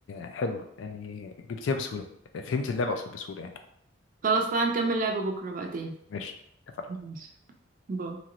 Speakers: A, on the left; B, on the right.
A: حلوة يعني جبتيها بسهولة فهمت اللعبة اقصد بسهولة يعني
B: خلاص تعالى نكمل لعبه بكره بقى تاني
A: ماشي اتفقنا
B: ماشي. باي